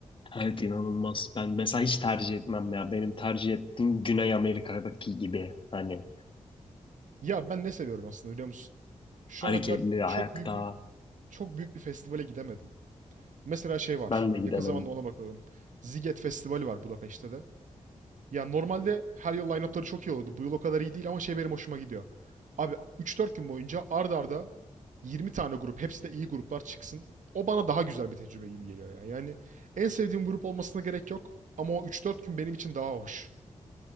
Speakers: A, on the left; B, on the right.
A: Evet inanılmaz. Ben mesela hiç tercih etmem ya. Benim tercih ettiğim Güney Amerika'daki gibi hani
B: Ya ben ne seviyorum aslında biliyor musun? Şu
A: hareketli
B: ana kadar
A: ayakta.
B: çok büyük bir çok büyük bir festivale gidemedim. Mesela şey var.
A: Ben de gidemedim.
B: Yakın zamanda ona bakalım. Ziget Festivali var Budapeşte de. Ya normalde her yıl line-up'ları çok iyi olurdu. Bu yıl o kadar iyi değil ama şey benim hoşuma gidiyor. Abi üç dört gün boyunca ard arda 20 tane grup, hepsi de iyi gruplar çıksın. O bana daha güzel bir tecrübe gibi geliyor ya. Yani en sevdiğim grup olmasına gerek yok ama o 3-4 gün benim için daha hoş.